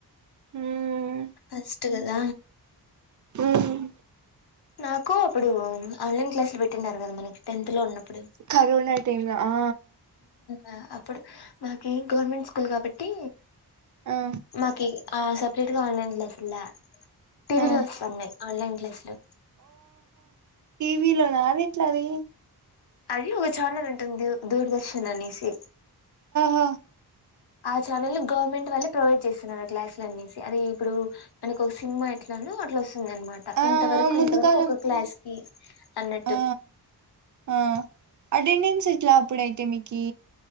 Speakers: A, on the right; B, on the left.
A: హ్మ్
B: అస్ట్ కదా
A: మ్మ్
B: నాక్ కొ అప్పుడు ఆన్లైన్ క్లాసులు పెట్టినన్నారు కదా మనకి టెన్త్ లో ఉన్నప్పుడు
A: కరోనా టైమ్ లో ఆ
B: ఆ ఇప్పుడు నాకి గవర్నమెంట్ స్కూల్ కాబట్టి
A: ఆ
B: మాకి ఆ సెపరేట్ గా ఆన్లైన్ క్లాస్ యిన్ల టీవీలో
A: ఆ
B: వస్తున్నాయ్ ఆన్లైన్ క్లాస్ లు
A: వీలోనా వీట్లా వి
B: అది ఒక ఛానల్ ఉంటుంది దూరదర్శన్ అనేసి
A: అ
B: ఆ ఛానల్ లో గవర్నమెంట్ వాళ్ళే ప్రొవైడ్ చేస్తున్నారు ఆ క్లాసులనేసి అది ఇప్పుడు మనకొక సినిమా ఎట్లానో అట్లొస్ ఇందన్మాట
A: ఆ
B: ఇంత వరకు
A: ఆ ముందుకాలం
B: ఇంతవరకు ఒక క్లాస్ కి అన్నట్టు
A: ఆ ఆ అటెండెన్స్ ఎట్లా అప్పుడయితే మీక్ కీ